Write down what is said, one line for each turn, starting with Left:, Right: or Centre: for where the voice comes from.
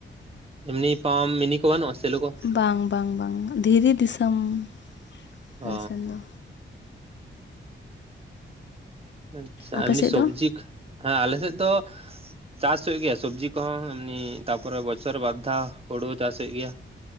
Right: ᱮᱢᱱᱤ ᱯᱟᱢᱯ ᱢᱤᱱᱤ ᱠᱚ ᱵᱟᱹᱱᱩᱜᱼᱟ ᱥᱮᱞᱳ ᱠᱚ᱾
Left: ᱵᱟᱝ ᱵᱟᱝ ᱵᱟᱝ ᱫᱷᱤᱨᱤ ᱫᱤᱥᱚᱢ
Right: ᱚ
Left: ᱟᱞᱮ ᱥᱮᱱ ᱫᱚ
Right: ᱟᱪᱪᱷᱟ
Left: ᱟᱯᱮ
Right: ᱮᱢᱱᱤ
Left: ᱥᱮᱫ
Right: ᱥᱚᱵᱽᱡᱤᱠ,
Left: ᱫᱚ
Right: ᱦᱮᱸ ᱟᱞᱮ ᱥᱮᱫ ᱫᱚᱼᱼ ᱪᱟᱥ ᱦᱩᱭᱩᱜ ᱜᱮᱭᱟ ᱥᱚᱵᱽᱡᱤ ᱠᱚᱦᱚᱸ ᱮᱢᱱᱤ ᱛᱟᱨᱯᱚᱨᱮ ᱵᱚᱪᱷᱚᱨ ᱵᱟᱨ ᱫᱷᱟᱣ, ᱦᱩᱲᱩ ᱪᱟᱥ ᱦᱩᱭᱩᱜ ᱜᱮᱭᱟ᱾